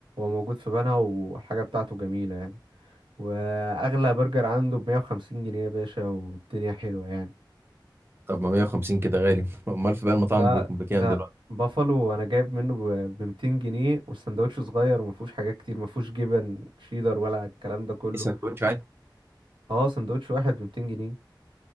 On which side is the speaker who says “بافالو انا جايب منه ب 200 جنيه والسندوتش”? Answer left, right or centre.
Right